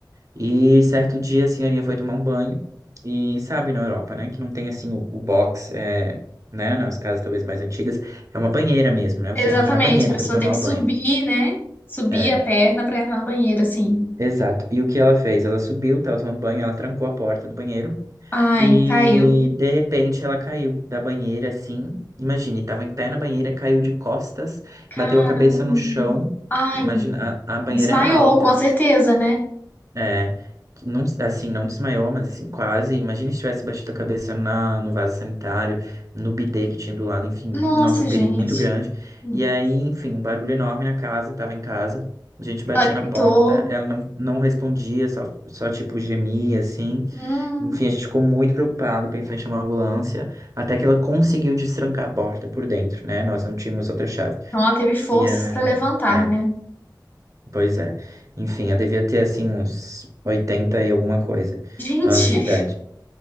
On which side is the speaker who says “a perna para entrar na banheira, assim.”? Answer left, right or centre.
Left